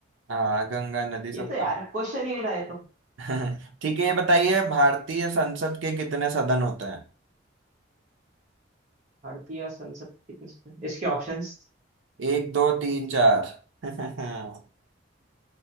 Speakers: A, on the right (about 85°); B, on the right (about 35°).
A: हाँ गंगा नदी सप्तम
B: ये तो यार क्वेश्चन ही नहीं था ये तो
A: <laughs> ठीक है ये बताइए भारतीय संसद के कितने सदन होते हैं
B: भारतीय संसद कितने इसके ऑप्शंस
A: एक दो तीन चार <laughs>